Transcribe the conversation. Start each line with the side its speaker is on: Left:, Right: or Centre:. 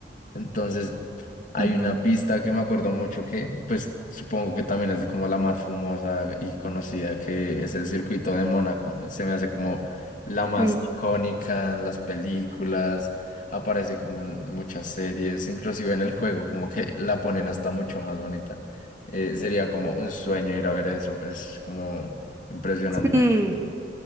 Left: Entonces,
Right: <laughs>
Left: hay
Right: Ujú.
Left: una pista que me acuerdo mucho que, pues supongo que también es como la más famosa y conocida, que es el circuito de Mónaco. Se me hace como la más
Right: Sí,
Left: icónica en las películas, aparece como en muchas series, inclusive en el juego, como que la ponen hasta mucho más bonita. Eh, sería como un sueño ir a ver eso, es como impresionante.
Right: sí.